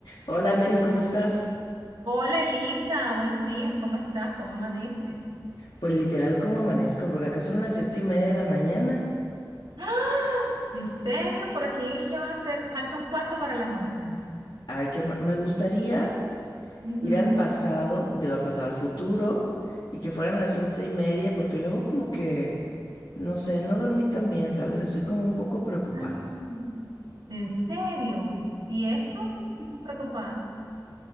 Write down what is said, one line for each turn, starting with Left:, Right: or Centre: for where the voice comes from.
Left: Hola Mary, ¿cómo estás?
Right: Hola Elisa, buenos días, ¿cómo estás? ¿Cómo amaneces?
Left: Pues literal, ¿cómo amanezco? Porque acá son las siete y media de la mañana.
Right: ¡Ah! ¿En serio? Por aquí ya van a ser, falta un cuarto para las once.
Left: Ay, que ma- me gustaría
Right: Ujú.
Left: ir al pasado, digo al pasado, al futuro, y que fueran las once y media, porque luego como que, no sé, no dormí tan bien, ¿sabes? Estoy como un poco preocupada.
Right: Ah, ¿En serio? ¿Y eso? ¿Por qué estás preocupada?